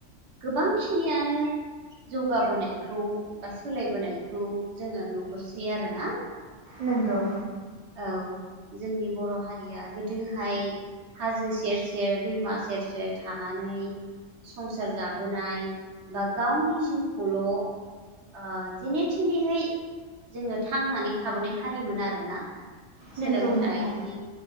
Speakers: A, on the right (about 65°); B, on the right (about 35°).
A: गोबांखिनियानो जौगाबोनायखौ बा सोलायबोनायखौ जोङो नुहुरसै आरोना।
B: नंगौ।
A: औ जोंनि बर' हारिया गोदोहाय हाजो सेर सेर दैमा सेर सेर थानानै संसार जाबोनाय बा गावनि जिउखौल' आ जेने थेनेहै जोङो थांनानै थाबोनाय हारिमोन आरोना। सोलोंथाइनि
B: नोंगौ नोंथां